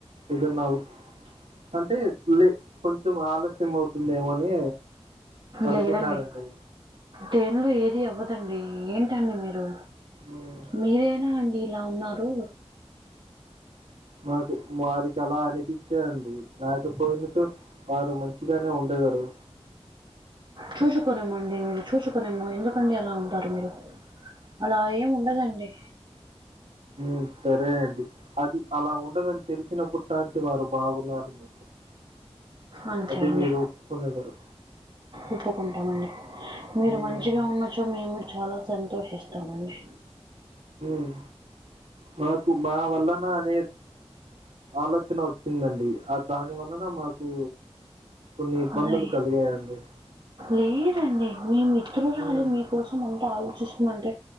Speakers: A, on the right; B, on the right.
A: ఇదన్నావు అంటే లే కొంచం ఆలస్యం అవుతుందేమో అని అనుకున్నారండి
B: లేదండి. దేనిలో ఏది అవ్వదండి ఏంటండి మీరు
A: హ్మ్.
B: మీరేనా అండి ఇలా ఉన్నారు
A: నాకు వారికి అలా అనిపిచ్చ అండి రాకపోయినచో వారు మం చి గనే ఉండదరు
B: చూసుకున్నామండి మీరు చూసుుకున్నాము ఎందుకండి అలా ఉంటారు మీరు అలా ఎం ఉండదండి
A: మ్ సరే అండి అది అలా ఉండదని తెలిసినప్పుడ్ టన్చ్ వారు బాగున్నారండి
B: అంతే
A: అది
B: అండి
A: మీరు ఒప్కునేదరు
B: ఒప్పుకుంటామండి మీరు
A: హ్మ్,
B: మంచిగ ఉన్నచో మేము చాల సంతోషిస్తామండి
A: మ్ మాకు మా వల్లన అనే ఆలోచన వచ్చిందండి ఆ దాని వల్లన మాకు కొన్ని ఇబ్బందులు
B: అలే
A: కలిగాయండి
B: లేదండి మీ మిత్రురాలు
A: హ్మ్,
B: మీ కోసం అంతా ఆలోచిస్తుందంటే